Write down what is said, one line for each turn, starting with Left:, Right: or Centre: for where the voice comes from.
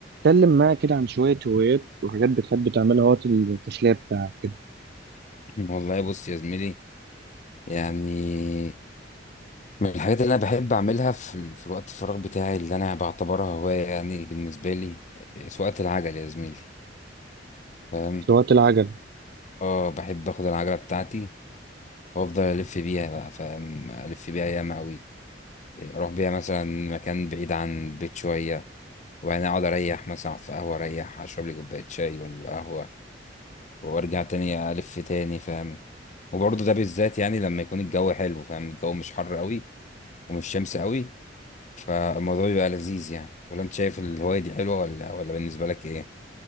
Right: اتكلم معايا كده عن شوية هوايات وحاجات بتحب تعملها وقت التسلية بتاعك كده
Left: والله بص يا زميلي يعني من الحاجات اللي انا بحب اعملها في, ال- في الوقت الفراغ بتاعي اللي انا بعتبرها هوايه يعني بالنسبه لي آه، سواقه العجل يا زميلي فاهم
Right: في وقت العجل
Left: اه بحب اخد العجله بتاعتي وافضل الف بيها بقى فاهم الف بيها ياما قوي اروح بيها مثلا مكان بعيد عن البيت شويه وبعدين اقعد اريح مثلا أقعد في قهوه اريح اشرب لي كوبايه شاي ولا قهوه وارجع تاني الف تاني فاهم وبرضه ده بالذات يعني لما يكون الجو حلو فاهم الجو مش حر قوي ومش شمس قوي فالموضوع بيبقى لذيذ يعني ولا انت شايف الهواية دي حلوة ولا ولا بالنسبة لك ايه